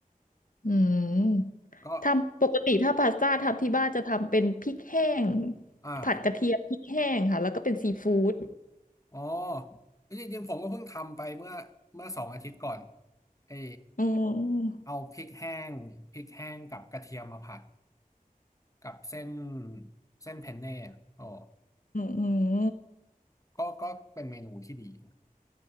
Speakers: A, on the left; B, on the left.
A: อืมทำปกติถ้าพาสต้าทำที่บ้านจะทำเป็นพริกแห้ง
B: ก็อ่า
A: ผัดกระเทียมพริกแห้งค่ะแล้วก็เป็นซีฟู้ด
B: อ๋อจริงๆผมก็เพิ่งทำไปเมื่อเมื่อสองอาทิตย์ก่อนเออ
A: อืม
B: เอาพริกแห้งพริกแห้งกับกระเทียมมาผัดกับเส้นเส้นเพนเน่อะอ๋อ
A: อืมอืม
B: ก็ก็เป็นเมนูที่ดีนะ